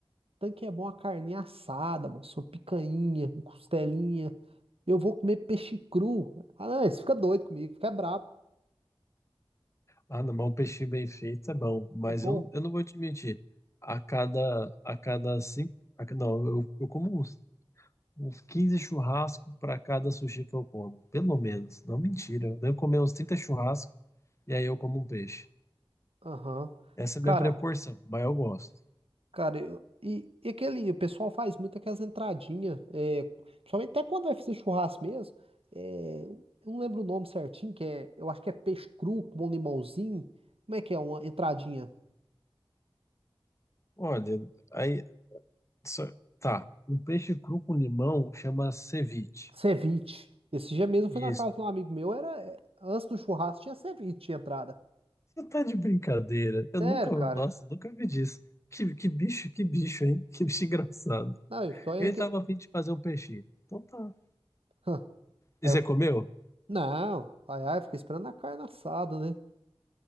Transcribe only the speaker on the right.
tanque é bom a carne assada, moço, uma picanha, uma costelinha, eu vou comer peixe cru. Ah, não, isso fica doido comigo, fica brabo,
é bom.
Aham.
Cara,
cara, eu- e, e aquele, o pessoal faz muito aquelas entradinhas, é, principalmente até quando vai fazer churrasco mesmo, é, eu não lembro o nome certinho, que é, eu acho que é peixe cru com um limãozinho, como é que é uma entradinha?
Ceviche. Esse dia mesmo eu
fui na casa de um amigo meu, era, é, antes do churrasco tinha ceviche tinha entrada.
Sério,
cara?
Não, eu fiquei olhando
que...
Hã.
Aí
eu,
não, ai, ai, fiquei esperando a carne assada, né?